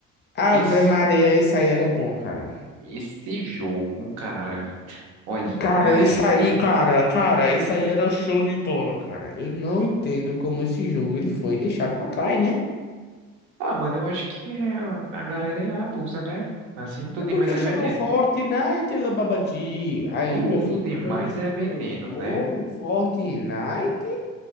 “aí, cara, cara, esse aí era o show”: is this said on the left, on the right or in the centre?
Left